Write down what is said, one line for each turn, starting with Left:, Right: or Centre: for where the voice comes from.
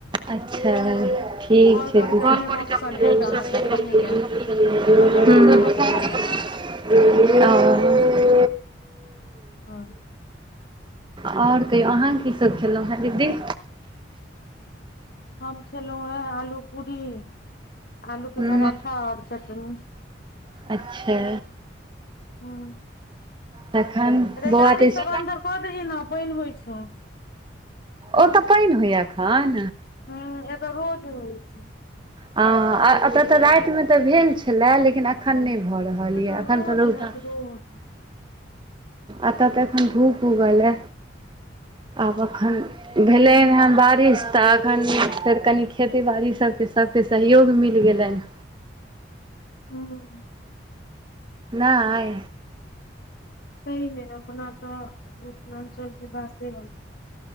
Right: अच्छा ठीक
Left: कॉल करयके अपने ऑप्शन
Right: छै
Left: आयत अहाँके एखन
Right: त
Left: नहि आयत एखन
Right: ह
Left: तऽ हम अहाँके केलहुँ
Right: <unintelligible>
Left: हेँ
Right: तऽ
Left: हँ
Right: आओर कहियौ अहाँ की सभ खेलहुँ हेँ दीदी
Left: हम खेलहुॅं हे आलू पूरी आलू के
Right: हूँ
Left: पराठा आऔर चटनी
Right: अच्छा
Left: हम्म
Right: तखन
Left: रे
Right: बौआ
Left: गाड़ी
Right: तऽ इस
Left: सब
Right: ओ
Left: अन्दर कऽ दही ने पानि होइ छो
Right: ओ तऽ पानि होइया एखन
Left: हम्म एतऽ रोज होइ छै
Right: हँ एतय तऽ रातिमे तऽ भेल छलए लेकिन अखन नहि भऽ रहल
Left: एतऽ
Right: यए एखन
Left: रोज
Right: तऽ रौदा
Left: हैत रोज
Right: एतऽ तऽ एखन धूप उगलै आब एखन भेलै हँ बारिश तऽ एखन फेर कनि खेती बाड़ी सबके सबके सहयोग मिल गेलनि
Left: ह
Right: आइ
Left: छैय हे अपना तऽ मिथिलाञ्चल के बाते